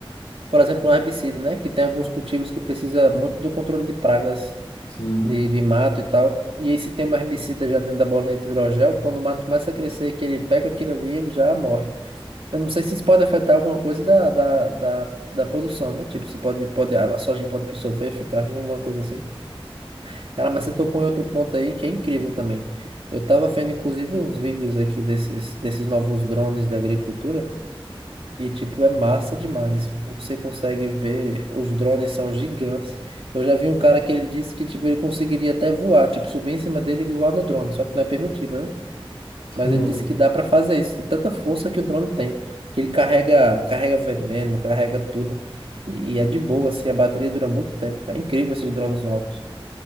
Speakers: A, on the right; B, on the left.
A: por exemplo, um herbicida, né? Que tem alguns cultivos que precisa muito do controle de pragas
B: Sim,
A: de, de mato e tal. E aí se tem um herbicida já dentro da bolinha de hidrogel, quando o mato começa a crescer, que ele pega aquilo ali, ele já morre. Eu não sei se isso pode afetar alguma coisa da, da, da, da produção, né? Tipo, se pode, pode, a soja pode sofrer, ficar ruim, alguma coisa assim. Cara, mas você tocou em outro ponto aí que é incrível também. Eu tava vendo, inclusive, uns vídeos aqui desses, desses novos drones de agricultura e, tipo, é massa demais. Você consegue ver, os drones são gigantes. Eu já vi um cara que ele disse que, tipo, ele conseguiria até voar, tipo, subir em cima dele e voar no drone, só que não é permitido, né?
B: <laughs>
A: Mas
B: sim.
A: ele disse que dá pra fazer isso, de tanta força que o drone tem. Que ele carrega, carrega veneno, carrega tudo. E, e é de boa, assim, a bateria dura muito tempo. É incrível esses drones novos.